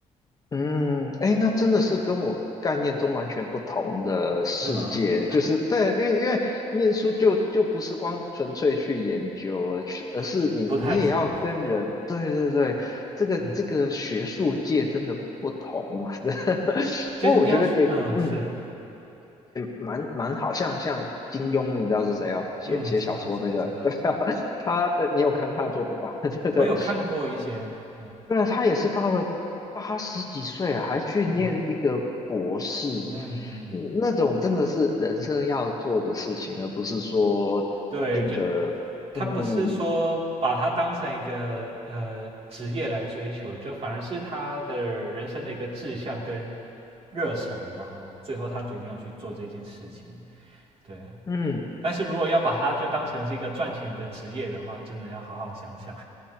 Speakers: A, on the left; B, on the right.
A: 嗯，哎，那真的是跟我概念中完全不同的世界。
B: 是吗？
A: 就是对，因为因为念书就就不是光纯粹去研究了，去而是你你也要跟人。
B: 不太行，不太，
A: 对对对，这个这个学术界真的不同啊。
B: 嗯，
A: <laughs>
B: 其实你要说，
A: 不过我觉得对，
B: 嗯，是，
A: 嗯。蛮蛮好像像金庸，你知道是谁哦？写写小说那个，
B: 嗯，知道，知知道，
A: <laughs> 对啊，<laughs> 他的你有看他的作品吗？<laughs> 对对，
B: 我有看过一些，嗯
A: 对啊，他也是到了八十几岁啊，还去念一个博士，
B: 嗯嗯嗯，
A: 嗯那种真的是人生要做的事情，而不是说真的，
B: 对，就他不是说把它当成一个呃职业来追求，
A: 嗯
B: 就反而是他的人生的一个志向跟热忱，然后最后他决定要去做这件事情，对啊，
A: 嗯，
B: 但是如果要把它就当成是一个赚钱的职业的话，真的要好好想想，